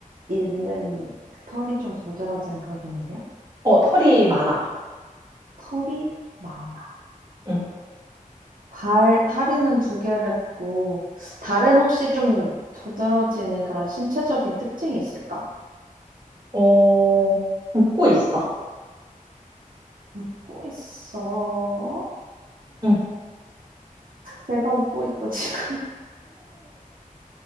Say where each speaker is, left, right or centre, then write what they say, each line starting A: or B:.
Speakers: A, on the right (about 75°); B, on the right (about 30°).
A: 있는, 털이 좀 도드라지는 그런 동물이야?
B: 어, 털이 많아.
A: 털이 많아.
B: 응.
A: 발, 다리는 두 개를 있고, 다른 혹시 좀 도드라지는 그런 신체적인 특징이 있을까?
B: 어, 웃고 있어.
A: 웃고 있어.
B: 응.
A: 내가 웃고 있다, 지금.